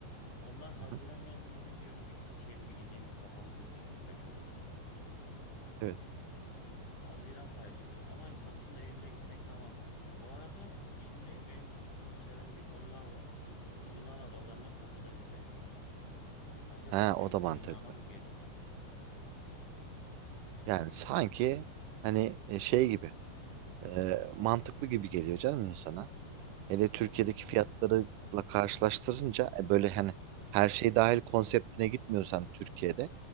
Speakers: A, on the left; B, on the right.
A: Ondan Haziran
B: hı hı.
A: geldi mi bir diyorum bir kaçayım bir gideyim bir kafamı dinleyeyim bir beş on gün.
B: Evet.
A: O- Haziran tercih ediyorum. Ama ins- aslında Eylül'e gitmek daha mantıklı. Bu arada şimdi benim aklımı çelen bir konu daha var. Bu Yunan adalarına kapıda vize. Acaba
B: Ha,
A: diyorum
B: o da mantıklı.
A: Yunan'a mı geçsem? Ya
B: Yani
A: o-
B: sanki hani e, şey gibi e, mantıklı gibi geliyor canım insana. Hele Türkiye'deki
A: Ö-
B: fiyatlarıyla karşılaştırınca e, böyle hani her şey dahil konseptine gitmiyorsan Türkiye'de